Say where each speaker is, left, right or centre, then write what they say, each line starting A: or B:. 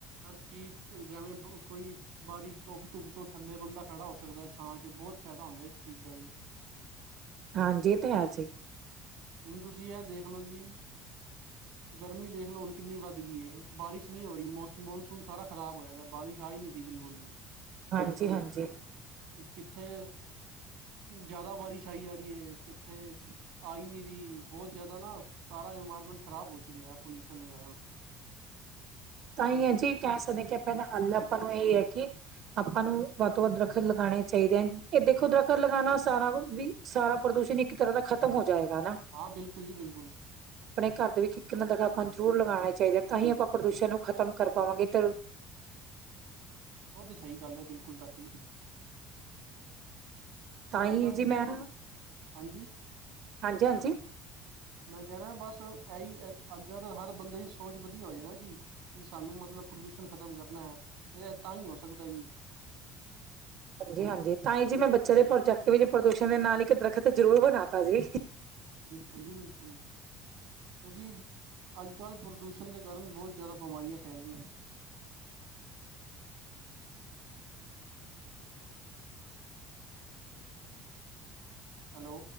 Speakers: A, on the right; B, on the right.
A: ਹਰ ਚੀਜ਼ ਜਿਵੇਂ ਕੋਈ ਬਾਰੀ ਧੁੱਪ ਧੁੱਪ ਤੋਂ ਥੱਲੇ ਬੰਦਾ ਖੜਾ ਹੋ ਸਕਦਾ ਛਾਂ ਚ ਬਹੁਤ ਫਾਇਦਾ ਹੁੰਦਾ ਇਸ ਚੀਜ਼ ਦਾ ਵੀ
B: ਹਾਂਜੀ ਇਹ ਤਾ ਹੈ ਜੀ।
A: ਹੁਣ ਤੁਸੀਂ ਐਹ ਦੇਖਲੋ ਜੀ। ਗਰਮੀ ਦੇਖ ਲੋ ਹੁਣ ਕਿੰਨੀ ਵੱਧ ਗਈ ਏ, ਬਾਰਿਸ਼ ਨੀ ਹੋ ਰਹੀ ਮੌਸਮ ਮੌਨਸੂਨ ਸਾਰਾ ਖਰਾਬ ਹੋਇਆ ਦਾ, ਬਾਰਿਸ਼ ਆ ਈ ਨਈ ਰਈ ਬਿਲਕੁਲ। <inaudible>
B: ਹਾਂਜੀ ਹਾਂਜੀ
A: ਕਿੱਥੇ ਜਾਦਾ ਬਾਰਿਸ਼ ਆਈ ਜਾ ਰਹੀ ਏ ਕਿੱਥੇ, ਆਈ ਨੀ। ਬਹੁਤ ਜਿਆਦਾ ਨਾ ਸਾਰਾ ਇਨਵਾਇਰਮੈਂਟ ਖ਼ਰਾਬ ਹੋ ਚੁੱਕਿਆ ਹੈ ਪੋਲਿਊਸ਼ਨ ਦੇ ਕਾਰਨ
B: ਤਾਂ ਹੀ ਹੈ ਜੀ ਕਹਿ ਸਕਦੇ ਕਿ ਆਪਾਂ ਦਾ ਹੱਲ ਆਪਾਂ ਨੂੰ ਇਹ ਹੈ ਕਿ ਆਪਾਂ ਨੂੰ ਵੱਧ ਤੋਂ ਵੱਧ ਦਰਖਤ ਲਗਾਉਣੇ ਚਾਹੀਦੇ ਆ ਇਹ ਦੇਖੋ ਦਰਖਤ ਲਗਾਉਣਾ ਸਾਰਾ ਕੁਝ ਵੀ ਸਾਰਾ ਪ੍ਰਦੂਸ਼ਣ ਇੱਕ ਤਰ੍ਹਾਂ ਦਾ ਖ਼ਤਮ ਹੋ ਜਾਏਗਾ ਨਾ
A: ਹਾਂ ਬਿਲਕੁਲ ਜੀ ਬਿਲਕੁਲ।
B: ਆਪਣੇ ਘਰ ਦੇ ਵਿੱਚ ਇੱਕ ਨੱਦਾ ਤਾ ਆਪਾਂ ਜ਼ਰੂਰ ਲਗਾਣਾ ਚਾਹੀਦਾ ਐ ਤਾਂਹੀ ਆਪਾਂ ਪ੍ਰਦੂਸ਼ਣ ਨੂੰ ਖ਼ਤਮ ਕਰ ਪਾਵਾਂਗੇ ਤੇ
A: ਉਹ ਤਾਂ ਸਹੀ ਗੱਲ ਹੈ ਬਿਲਕੁਲ ਤੁਹਾਡੀ।
B: ਤਾਂ ਹੀ
A: ਅਜ ਕੱਲ੍ਹ,
B: ਜੀ ਮੈਂ
A: ਹਾਂਜੀ।
B: ਹਾਂਜੀ-ਹਾਂਜੀ,
A: ਮੈਂ ਕਹਿ ਰਿਹਾ, ਬਸ ਇਹੀ ਅਗਰ ਹਰ ਬੰਦੇ ਦੀ ਸੋਚ ਵਧੀਆ ਹੋ ਜਾਏ ਨਾ ਜੀ ਕਿ ਸਾਨੂੰ ਮਤਲਬ ਪ੍ਰਦੂਸ਼ਣ ਖ਼ਤਮ ਕਰਨਾ ਐ, ਇਹ ਤਾਂ ਈ ਹੋ ਸਕਦਾ ਜੀ
B: ਹਾਂਜੀ-ਹਾਂਜੀ ਤਾਂ ਈ ਜੀ ਮੈਂ ਬੱਚੇ ਦੇ ਪ੍ਰੋਜੈਕਟ ਵਿੱਚ ਪ੍ਰਦੂਸ਼ਣ ਦੇ ਨਾਲ ਇੱਕ ਦਰਖਤ ਜ਼ਰੂਰ ਬਣਾ ਤਾ ਜੀ।
A: ਬਿਲਕੁਲ ਜੀ ਬਿਲਕੁਲ। ਕਿਉਂਕਿ, ਅੱਜ-ਕੱਲ੍ਹ ਪ੍ਰਦੂਸ਼ਣ ਦੇ ਕਾਰਨ ਬਹੁਤ ਜ਼ਿਆਦਾ ਬਿਮਾਰੀਆਂ ਫੈਲਦੀਆਂ ਨੇ। ਹੈਲੋ।